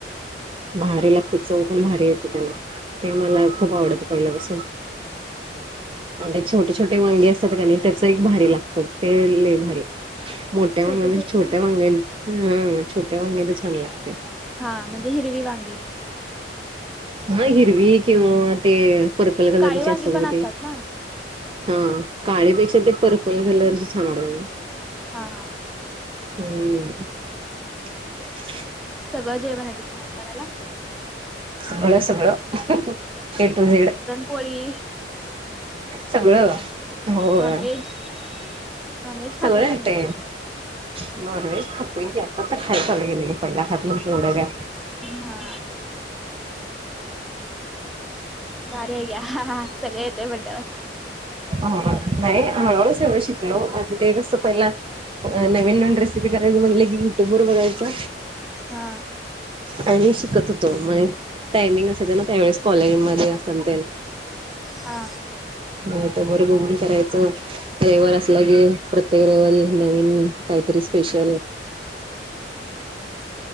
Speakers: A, on the right; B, in the centre.
A: भारी लागतात चव पण भारी येते त्यान ते मला खूप आवडत. पहिल्यापासून. आणि ते छोटे छोटे वांगी असत्यात क ने त्याच एक भारी लागतं ते लय भारी. मोठ्या
B: छोटे
A: वांग्या पेक्षा
B: छोटे
A: छोट्या वांग ह छोट्या वांग्या तर छान लागतय.
B: हां म्हणजे हिरवी वांगी.
A: हा हिरवी किंवा ते पर्पल कलरचे
B: काळी वांगी
A: असतात
B: पण
A: बघा ते.
B: ना
A: हा काळेपेक्षा ते पर्पल कलरच छान वाटत.
B: हा हा
A: हम्म <inaudible>
B: सगळ जेवण येत तुम्हाला करायला?
A: सगळं सगळं. A to Z.
B: पोळी.
A: सगळं होय.
B: नॉनव्हेज नॉनव्हेज खाताय
A: सगळं
B: का
A: येतय.
B: नाही
A: नॉनव्हेज खातोय की, आता आता खाय चालू केलय ग. पहिला खात एवढ काय.
B: हा. भारीय की, सगळे येतोय म्हटल्यावर.
A: ह नाही हळू हळु सगळं शिकलो. ते कस पहिला नवीन नवीन रेसिपी करायच म्हणलं की, युट्यूब वर बघायचं.
B: हा.
A: आणि शिकत होतो. म्हजे टायमिंग असायच ना त्यावेळेस कॉलेजमध्ये असल ते.
B: हा.
A: युट्युब वर बघून करायचं. रविवार असलं की प्रत्येक रविवारी. नवीन काहीतरी स्पेशल. <inaudible>